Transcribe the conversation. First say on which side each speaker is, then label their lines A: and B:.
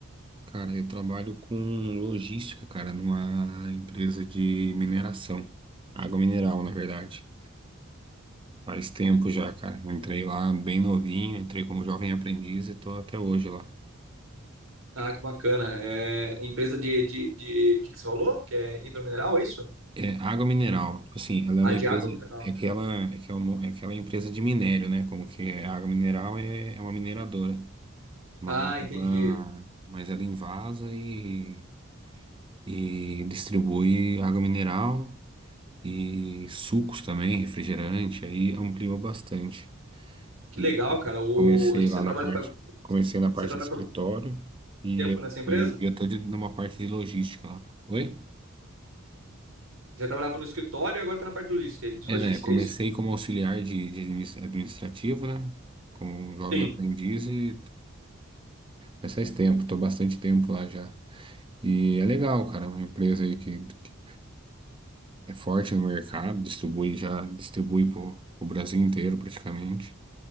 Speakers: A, on the right (about 25°); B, on the right (about 80°).
A: Cara, eu trabalho com logística, cara, numa empresa de mineração, água mineral, na verdade. Faz tempo já, cara. Eu entrei lá bem novinho, entrei como jovem aprendiz e tô até hoje lá.
B: Ah, que bacana. É empresa de, de, de... O que que você falou? Que é hidromineral, é isso?
A: É, água mineral, tipo assim, ela
B: Ah,
A: é uma
B: de
A: empresa,
B: água mineral.
A: é que ela, é que é uma, é que ela é empresa de minério, né? Como que é, a água mineral é, é uma mineradora, mas
B: Ah,
A: ela,
B: entendi.
A: mas ela invasa e, e distribui água mineral e sucos também, refrigerante, aí ampliou bastante.
B: Que
A: E
B: legal, cara. O...
A: comecei
B: e Você
A: lá
B: trabalha,
A: na parte,
B: fa-
A: comecei na parte
B: você trabalha
A: de escritório
B: por muito
A: e
B: tempo nessa empresa?
A: hoje em dia estou numa parte de logística lá. Oi?
B: Você trabalhava no escritório e agora tá na parte de logística, de
A: É,
B: logística,
A: né? Comecei
B: é isso?
A: como auxiliar de, de adminis- administrativo, né? Como um jovem
B: Sim.
A: aprendiz e mas faz tempo, tô bastante tempo lá já. E é legal, cara, é uma empresa aí que, que é forte no mercado, distribui já, distribui pro, pro Brasil inteiro praticamente.